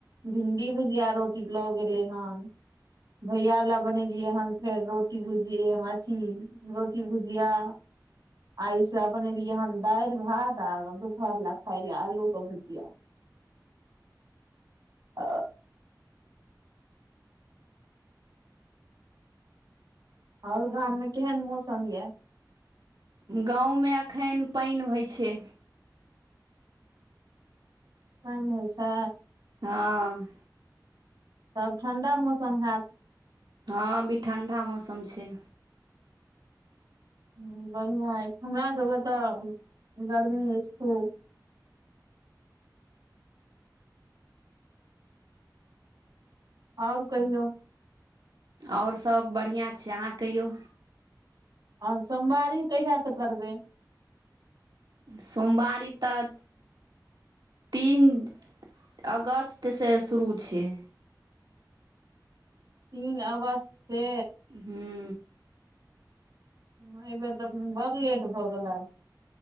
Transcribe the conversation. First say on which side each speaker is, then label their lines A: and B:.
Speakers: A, on the right; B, on the right.
A: भिडी भुजिया रोटी लऽ गेले हन भैया ला बनेलियै हन फेर रोटी भुजिये मछि। रोटी भुजिया। आयुस लै बनेलियै हन दाल भात आ दुपहर लऽ खाय ले आलू के भुजिया आ। और गाम मे केहन मौसम यै
B: गावमे एखन पाईन होइ छै।
A: पानि होइ छै।
B: ह।
A: तब ठंडा मौसम हैयत
B: ह, अभी ठंडा मौसम छै
A: ह बढ़िआ ऐछ हमरा सभके तऽ गर्मी ऐछ खूब और कहियौ?
B: और सभ बढ़िआ छै अहाँ कहियौ
A: आब सोमवारी कहिया से करबै?
B: सोमवारी तऽ तीन अगस्तसँ शुरू छैय।
A: तीन अगस्त से
B: हूं
A: <unintelligible> मतलब बड़ लेट भऽ गेलै।